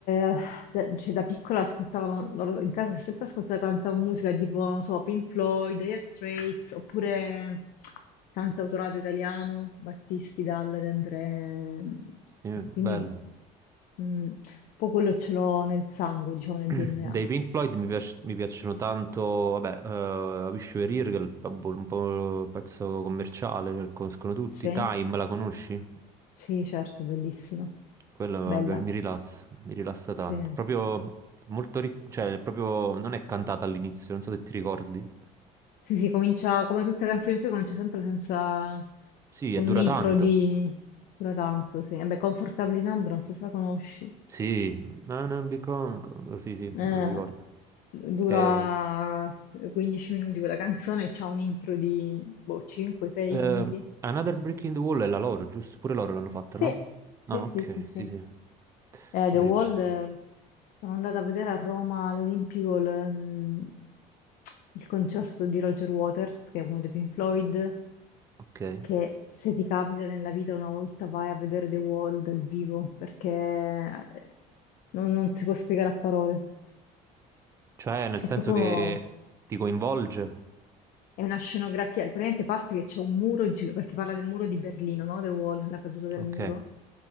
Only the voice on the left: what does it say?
eh, da, cioè, da piccola ascoltavano, loro in casa si è sempre ascoltata tanta musica, tipo, non so, Pink Floyd, Dire Straits, oppure cantautorato italiano, Battisti, Dalla, De André,
e quindi
mm, poi quello ce l'ho nel sangue, diciamo nel
DNA.
Sì?
Sì, certo, bellissima.
Bella,
sì.
Sì, sì, comincia come tutte le canzoni sue, comincia sempre senza
con
un intro
di dura tanto, sì. Vabbè, Comfortably Numb, non so se la conosci.
Eh,
dura
15 minuti quella canzone, e c'ha un intro di boh, 5-6
minuti.
Sì,
sì,
sì, sì, sì.
Eh,
The Wall,
eh, sono andata a vedere a Roma all'Olimpico il, ehm, il concerto di Roger Waters, che è uno dei Pink Floyd,
che se ti capita nella vita una volta vai a vedere The Wall dal vivo, perché eh, non, non si può spiegare a parole.
È
proprio
È una scenografia, praticamente parte che c'è un muro, gi- perché parla del muro di Berlino, no? The Wall, la caduta del
muro.